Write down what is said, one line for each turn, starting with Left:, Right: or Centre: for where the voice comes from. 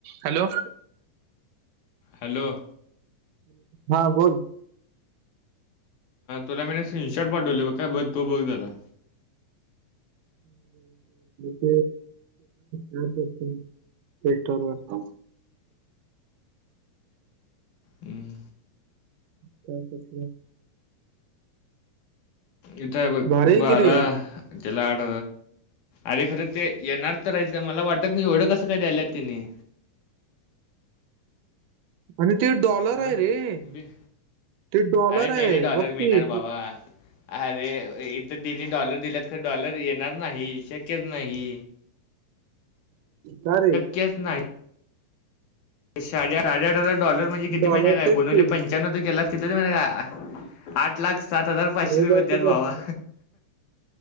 Right: Hello.
Left: Hello.
Right: हा बोल.
Left: तुलाी स्क्रीनशर्ट पाठवली ब काय बघ तो बघ झाला.
Right: <inaudible> त. <inaudible> ते ठरू असत.
Left: हम्म,
Right: त्या कच.
Left: इथे
Right: भारी आहे
Left: बराा
Right: की रे
Left: चला आठ. अरे खरं ते येणार तर राहीच का मला वाटत नाही एवढं कसं काय द्यायल्यात तिने
Right: आणि ते डॉलर
Left: हं?
Right: आहे रे
Left: बी-
Right: ते डॉलर
Left: अरे नाही
Right: आहे
Left: रे डॉलर
Right: बघकीी.
Left: मिळणार बाबा अरे इथर दिने डॉलर दिलात ख डॉलर येणार नाही शक्यच नाही.
Right: का रे
Left: कच नाही. साडे साडे आठ हजार डॉलर म्हणजे किती
Right: डॉलर
Left: महिन्या काय
Right: तेच
Left: गुणवले
Right: की
Left: पंच्याण्वर केलास किती हो महि काय. आठ लाख सात हजार पाचशे
Right: लय
Left: रुपये
Right: जास्त
Left: द्यात भावा.
Right: जात